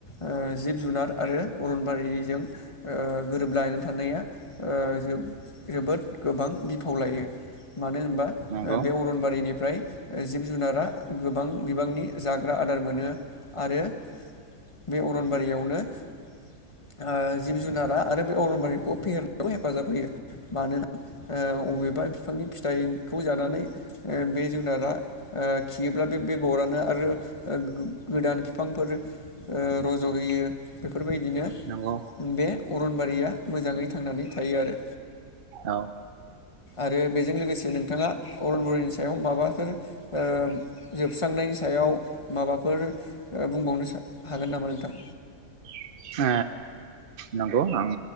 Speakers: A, on the left; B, on the right.
A: ओ जिब जुनार आरो अरनबारिजों ओ गोरोबलायनानै थानाया ओ जोबोद गोबां बिफाव लायो मानो होनबा
B: नंगौ
A: ओ बे अरनबारिनि फ्राय जिब जुनारा गोबां बिबांनि जाग्रा आदार मोनो आरो बे अरनबारियावनो ओ जिब जुनारा आरो बे अरनबारिखौ फेहेरनायाव हेफाजाब होयो मानोना ओ अबेबा बिफांनि फिथाइखौ जानानै ओ बे जुनारा ओ खियोब्ला बे बेगरानो आरो ओ गोदान बिफांफोर ओ रज'होयो बेफोरबायदिनो
B: नंगौ
A: बे अरनबारिया मोजाङै थांनानै थायो आरो
B: औ ओ
A: आरो बेजों लोगोसे नोंथाङा अरन बरिनि सायाव माबाफोर ओ जोबस्रांनायनि सायाव माबाफोर ओ बुंबावनो हागोन नामा नोंथां?
B: ओ नंगौ आं